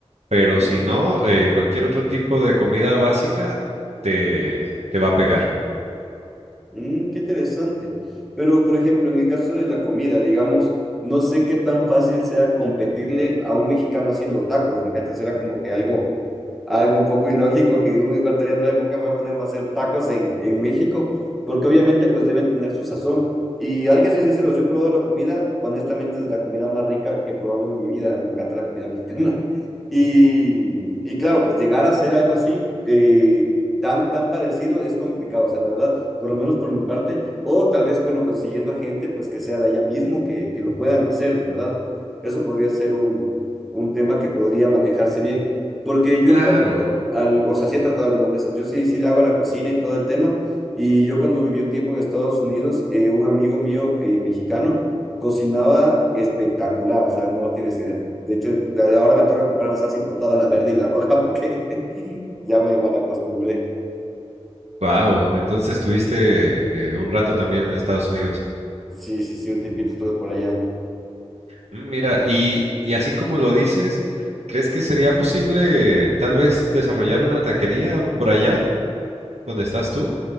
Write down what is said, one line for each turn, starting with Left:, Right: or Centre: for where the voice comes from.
Right: Pero
Centre: mm.
Right: si no, eh, cualquier otro tipo de comida básica te, te va a pegar.
Centre: Mm, qué interesante. Pero, por ejemplo, en el caso de la comida, digamos, no sé qué tan fácil sea competirle a un mexicano haciendo tacos, ¿me cachas? Era como que algo, algo un poco ilógico que un ecuatoriano era como que me voy a poner a hacer tacos en, en México, porque obviamente pues deben tener su sazón. Y hay que ser sinceros, yo he probado la comida, honestamente es de la comida más rica que he probado en mi vida, me encanta la comida mexicana. <laughs> Y, y claro, pues llegar a hacer algo así, eh, tan, tan parecido, es complicado, o sea, la verdad por lo menos por mi parte, o tal vez, bueno, consiguiendo gente, pues que sea de allá mismo, que, que lo puedan hacer, ¿verdad? Eso podría ser un, un tema que podría manejarse bien, porque yo
Right: Claro,
Centre: he tratado, al, o sea, sí he tratado algunas veces, yo sí, sí le hago a la cocina y todo el tema, y yo cuando viví un tiempo en Estados Unidos, eh, un amigo mío eh, mexicano cocinaba espectacular, o sea, no tienes idea. De hecho, de ahora me toca comprar la salsa importada, la verde y la roja, porque <laughs> ya me mal acostumbré.
Right: wow. Entonces estuviste eh, un rato también en Estados Unidos.
Centre: Sí, sí, sí, un tiempito estuve por allá.
Right: Mm, Mira, y, y así como lo dices, ¿crees que sería posible tal vez desarrollar una taquería por allá donde estás tú?